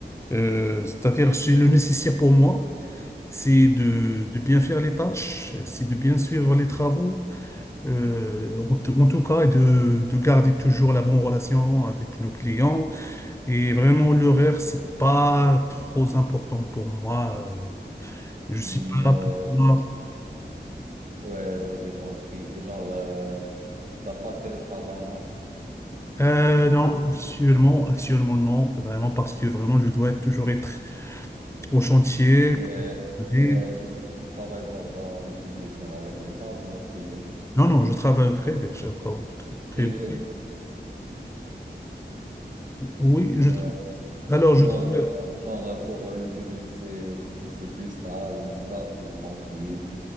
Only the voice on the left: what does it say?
Euh, c'est-à-dire c'est le nécessaire pour moi. C'est de, de bien faire les tâches, c'est de bien suivre les travaux, euh, en, t- en tout cas, et de, de garder toujours la bonne relation avec nos clients. Et vraiment, l'horaire, c'est pas trop important pour moi. Euh, je suis
pas
là pour moi.
Euh, non,
actuellement, actuellement, non. Vraiment, parce que vraiment, je dois être- toujours être au chantier.
Et-
Non, non, je travaille au privé. Je travaille au tr- privé.
Oui,
je, tra- alors,
je travaille.